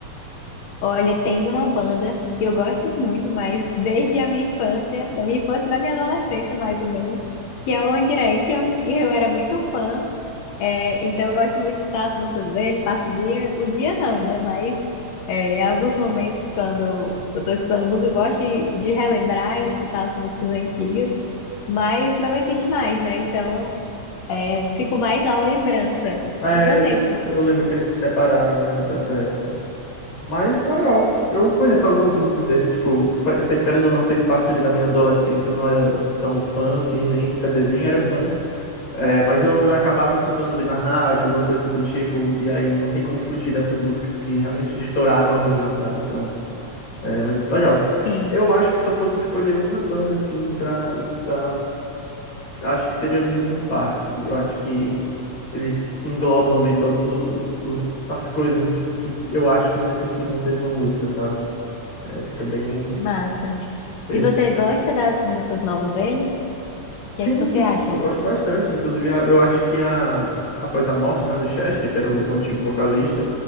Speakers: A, on the left; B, on the left.
A: Olha, tem uma banda que eu gosto muito, mas desde a minha infância, da minha infância e da minha adolescência, mais ou menos, que é o One Direction. E eu era muito fã. É, então eu gosto muito de escutar as músicas dele, passo o dia, o dia não, né? Mas é, em alguns momentos, quando eu tô escutando música, eu gosto de, de relembrar e escutar as músicas antigas, mas não existe mais, né? Então é, fico mais na lembrança.
B: É,
A: E você?
B: eu, eu lembro que eles se separaram, eu lembro dessa época. Mas legal. Eu conheço algumas músicas dele, tipo, fe- fe- querendo ou não, fez parte ali da minha adolescência. Eu não era tão fã, assim, nem, quer dizer, nem era fã. É, mas eu acabava escutando ali na rádio, alguma coisa do tipo, e aí não tem como fugir dessas músicas que realmente estouraram a bolha, sabe? Então, é, mas legal.
A: Sim,
B: Eu acho que se eu fosse escolher uma banda, assim, pra escutar, acho que seria Linkin Park. Eu acho que eles englobam ali todas as coisas de- que eu acho que necessitam ter numa música, sabe? É, fica bem.
A: massa.
B: Eles...
A: E você gosta das músicas novas dele? O
B: Sim,
A: que é que você
B: sim,
A: acha?
B: eu gosto bastante. Inclusive, a- eu acho que a... após a morte, né, do Chester, que era o antigo vocalista,